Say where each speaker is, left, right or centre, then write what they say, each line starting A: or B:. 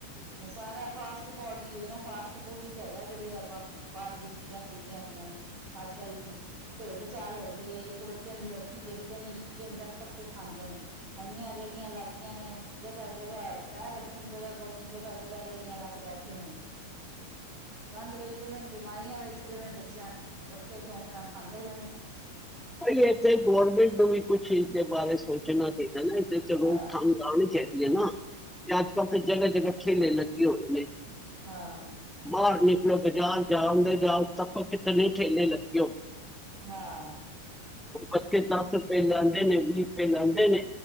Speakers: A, on the right; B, in the centre.
A: ਆ ਸਾਰਾ ਫਾਸਟ ਪੋਡੀ ਹੈ ਨਾ ਫਾਸਟ। ਚਪੋਟੀ ਤੇ ਹੈਗਾ ਜਿਹੜੀ ਆਪਾਂ ਬਾਹਰ ਦੀਆਂ ਚੀਜ਼ਾਂ ਚੱਲਦੀਆਂ ਹੋਈਆਂ ਨੇ। ਅੱਜ ਕੱਲ ਭੇੜ ਚਾਲ ਹੋ ਗਈ ਏ ਇੱਕ ਬੱਚੇ ਨੂੰ ਲੋਕੀ ਦੇਖਦੇ ਨੇ ਇੰਝਣ ਤੱਕ ਧੱਕੇ ਖਾਂਦੇ ਨੇ ਇੰਨੀਆਂ ਰੇਹੜੀਆਂ ਲੱਗ ਗਈਆਂ ਨੇ ਜਗ੍ਹਾ ਜਗ੍ਹਾ ਪੈਰ ਰੱਖਣ ਜਗ੍ਹਾ ਕੋਈ ਨੀ। ਜਗ੍ਹਾ ਜਗ੍ਹਾ ਰੜੀਆਂ ਲਾ ਕੇ ਬੈਠੇ ਨੇ। ਗੰਦ ਵੇਚਦੇ ਪਏ ਨੇ ਬਿਮਾਰੀਆਂ ਵੇਚਦੇ ਪਏ ਬੱਚਿਆਂ ਨੂੰ ਉਹ ਬੱਚੇ ਸ਼ੌਕ ਨਾਲ ਖਾਂਦੇ ਪਏ ਨੇ।
B: ਭਾਈ ਇੱਥੇ ਗੌਰਮੈਂਟ ਨੂੰ ਵੀ ਕੁਛ ਇਸ ਦੇ ਬਾਰੇ ਸੋਚਣਾ ਚਾਹੀਦਾ ਨਾ ਇੱਥੇ ਚਲੋ
A: ਹਾਂ
B: ਠੰਗ ਆਉਣਗੇ। ਨਾ ਤੇ ਅੱਜ ਕੱਲ ਤਾਂ ਜਗਾ ਜਗਾ ਠੇਲੇ ਲੱਗੇ ਲੱਗੇ ਹੋਏ ਨੇ
A: ਹਾਂ
B: ਬਾਹਰ ਆਪ ਬਾਜ਼ਾਰ ਜਾਓ ਨਾ ਜਾਓ ਤੱਕ ਕਿਤਨ ਠੇਲੇ ਲੱਗੇ
A: ਹਾਂ।
B: ਉਹ ਬੱਚੇ ਦਸ ਰੁਪਏ ਲੈਂਦੇ ਨੇ ਵੀਹ ਰੁਪਏ ਲੈਂਦੇ ਨੇ